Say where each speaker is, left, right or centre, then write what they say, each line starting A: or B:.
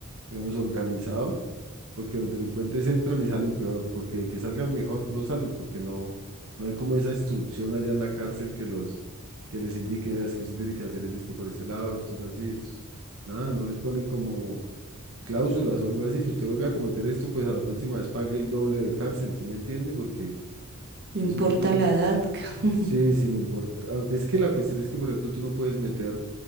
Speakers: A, on the right; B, on the right.
A: digamos, organizado porque los delincuentes entran y salen peor, porque de que salgan mejor no salen, porque no, no hay como esa instrucción allá en la cárcel que los, que les indique, veas que usted tiene que hacer es este por ese lado, esto es así, esto es-". nada, no les ponen como cláusulas o algo así, si usted vuelve a cometer esto, pues a la próxima vez pague el doble de cárcel, ¿sí me entiende? Porque
B: No
A: eso
B: importa
A: no es de,
B: la edad, <laughs>
A: sí, sin importar, aunque es que la cuestión es que, por ejemplo, tú no puedes meter